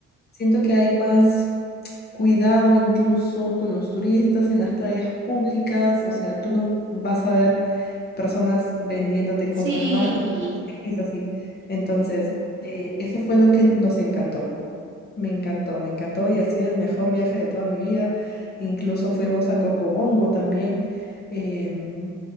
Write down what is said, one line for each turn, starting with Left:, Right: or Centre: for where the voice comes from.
Left: siento
Right: mm,
Left: que hay más... Cuidado incluso con los turistas en las playas públicas, o sea, tú no vas a ver personas vendiéndote
Right: sí.
Left: cosas raras. Es así. Entonces,
Right: Mm.
Left: eh, eso fue lo que nos encantó. Me encantó, me encantó y ha sido el mejor viaje de toda mi vida. Incluso fuimos a Cocobongo también. em,